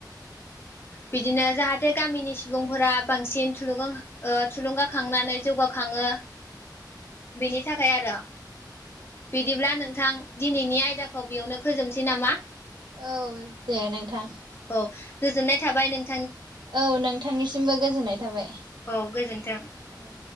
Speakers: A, on the left; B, on the right.
A: बिदिनो जाहाथे गामिनि सुबुंफोरा बांसिन थुलुंगाखांनानै जौगाखाङो बिनि थाखाय आरो बिदिब्ला नोंथां दिनैनि आयदाखौ बेयावनो फोजोबसै नामा।
B: औ दे नोंथां
A: औ गोजोननाय थाबाय नों
B: औ नोंथांनिसिमबो गोजोननाय थाबाय
A: औ गोजोन्थों।
B: औ